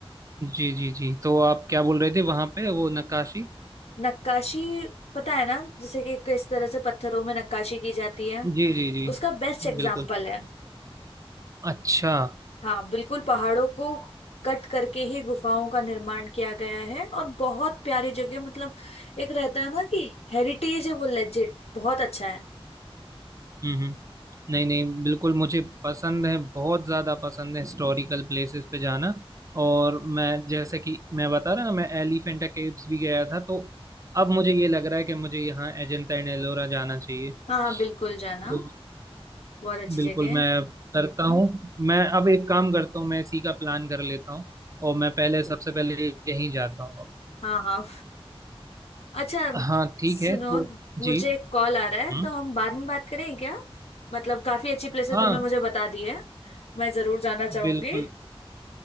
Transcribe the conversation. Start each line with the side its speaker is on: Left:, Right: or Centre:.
Right: जी जी जी तो आप क्या बोल रहे थे वहां पे वो नक्काशी
Left: नक्काशी पता है ना जैसे कि किस तरह से पत्थरों में नक्काशी की जाती है
Right: जी जी जी
Left: उसका बेस्ट
Right: हाँ,
Left: एग्जाम्पल
Right: बिल्कुल
Left: है
Right: अच्छा
Left: हाँ बिल्कुल पहाड़ों को कट करके ही गुफाओं का निर्माण किया गया है और बहुत प्यारी जगह मतलब एक रहता है ना कि हेरिटेज है वो लेजिट बहुत अच्छा है
Right: हम्म हम्म। नहीं नहीं बिल्कुल मुझे पसंद है बहुत ज़्यादा पसंद है हिस्टोरिकल प्लेसेस पे जाना और मैं जैसे कि मैं बता रहा ना मैं एलिफेंटा केव्स भी गया था तो अब मुझे ये लग रहा है कि मुझे यहाँ अजंता एंड एलोरा जाना चाहिए
Left: हाँ हाँ बिल्कुल जाना
Right: तो
Left: बहुत अच्छी
Right: बिल्कुल
Left: जगह है
Right: मैं करता हूँ मैं अब एक काम करता हूँ मैं इसी का प्लान कर लेता हूँ और मैं पहले सबसे पहले यहीं जाता हूँ अब
Left: हाँ हाँ अच्छा
Right: हाँ ठीक
Left: सुनो
Right: है तो
Left: मुझे
Right: जी
Left: एक कॉल आ रहा है
Right: हम्म
Left: तो हम बाद में बात करें क्या मतलब काफी अच्छी प्लेसेस
Right: हाँ
Left: तुमने मुझे बता दी है मैं जरूर जाना चाहूंगी
Right: बिल्कुल